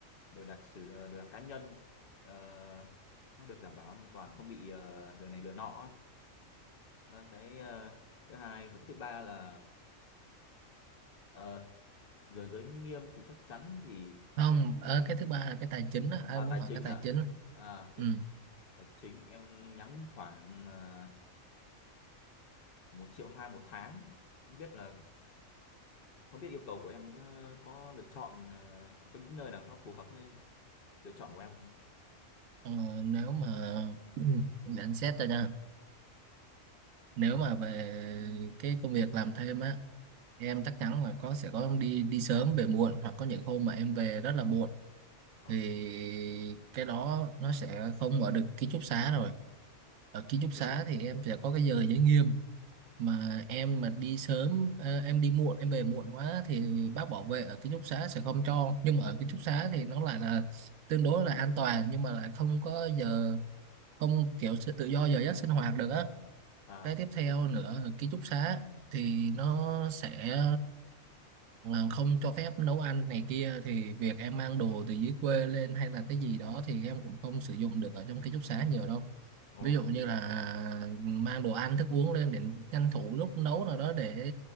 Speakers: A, on the left; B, on the right.
A: đồ đạc sử ờ, đồ đạc cá nhân ờ, nó được đảm bảo an toàn không bị ờ, lừa này lừa nọ Đó, cái ờ, thứ hai và cái thứ ba là ờ, giờ giới nghiêm thì chắc chắn thì
B: không ờ, cái thứ ba là cái tài chính á anh
A: à
B: muốn
A: tài
B: hỏi
A: chính
B: cái tài
A: à
B: chính
A: à cái-
B: ừ.
A: tài chính em nhắm khoảng uh, một triệu hai một tháng không biết là không biết yêu cầu của em ờ, có lựa chọn ờ, có, có những nơi nào nó phù hợp với lựa chọn của em không?
B: ờ, nếu mà <clears throat> để anh xét ra nha nếu mà về cái công việc làm thêm á em chắc chắn là có sẽ có đi đi sớm về muộn hoặc có những hôm mà em về rất là muộn
A: Ờ,
B: thì cái đó nó sẽ không ở được ký túc xá rồi ở ký túc
A: giờ
B: xá thì em sẽ có cái giờ giới nghiêm mà em mà đi sớm ờ, em đi muộn em về muộn quá thì bác bảo vệ ở ký túc xá sẽ không cho nhưng mà ở ký túc xá thì nó lại là tương đối là an toàn nhưng mà lại không có giờ không kiểu sự tự do giờ giấc sinh hoạt được á
A: à
B: cái tiếp theo nữa ở ký túc xá thì nó sẽ mà không cho phép nấu ăn này kia thì việc em mang đồ từ dưới quê lên hay là cái gì đó thì em cũng không sử dụng được ở trong ký túc xá nhiều đâu
A: ồ
B: ví dụ như là mang đồ ăn thức uống lên để tranh thủ lúc nấu nào đó để